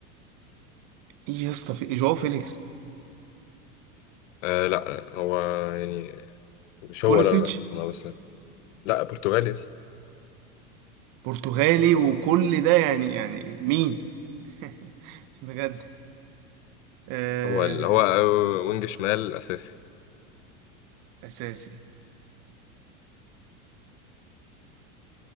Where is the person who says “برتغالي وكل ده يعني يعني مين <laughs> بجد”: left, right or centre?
Right